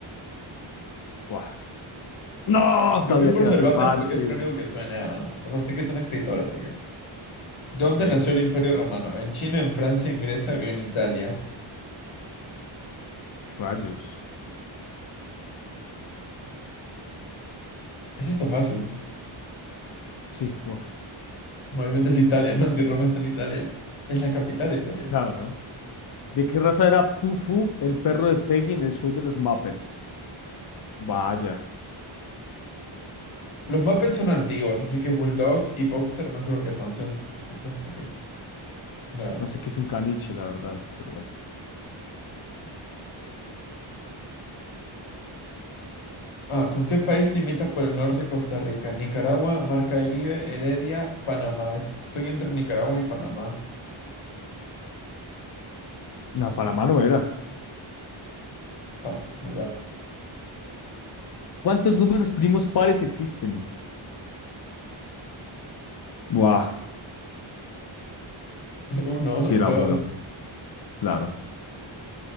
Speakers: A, on the left; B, on the left.
A: Buah. No,
B: Yo
A: sabía
B: fui por
A: que era
B: Cervantes
A: Cervantes.
B: porque es el único que suena. ¿eh? O sea, sí que es un escritor, así que. ¿Dónde
A: Ok,
B: nació el Imperio Romano? ¿En China, en Francia, en Grecia o en Italia?
A: rayos.
B: Eso está fácil.
A: Sí, buah,
B: Obviamente es Italia, ¿no? Si Roma está en Italia. Es la capital de Italia.
A: claro, ¿no? ¿De qué raza era Fufu, el perro de Peggy en el show de los Muppets? Vaya,
B: Los Muppets son antiguos, así que Bulldog y Boxer no creo que son. Son... Eso, ok, nuevas.
A: no sé qué es un caniche, la verdad, pero bueno.
B: Ah, ¿con qué país limita por el norte Costa Rica? Nicaragua, Mar Caribe, Heredia, Panamá. Estoy entre Nicaragua y Panamá.
A: No,
B: Ok,
A: Panamá no era.
B: fuck, muy bad.
A: ¿Cuántos números primos pares existen? Buah,
B: <laughs> El uno,
A: si
B: el
A: era
B: dos.
A: uno. Claro,